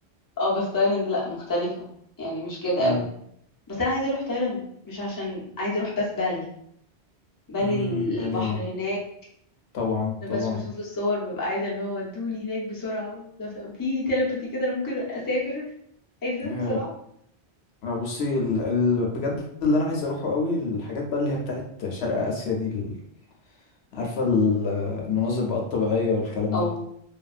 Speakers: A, on the left; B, on the left.
A: اه بس تايلاند لا مختلفة يعني مش كده
B: <laughs>
A: قوي بس انا عايزة اروح تايلاند مش عشان عايزة اروح بس بالي بالي
B: امم بالي
A: البحر هناك
B: طبعا
A: انا
B: طبعا
A: بس بشوف الصور ببقى عايزه اللي هو ادوني هناك بسرعه لو سم- في تيليباثي كده انا ممكن اسافر عايزه
B: آه،
A: بسرعه
B: آه، بصي ال... ال... بجد اللي انا عايز اروحه قوي الحاجات بقى اللي هي بتاعت شرق اسيا دي ال... عارفه ال... المناظر بقى الطبيعيه والكلام
A: او
B: ده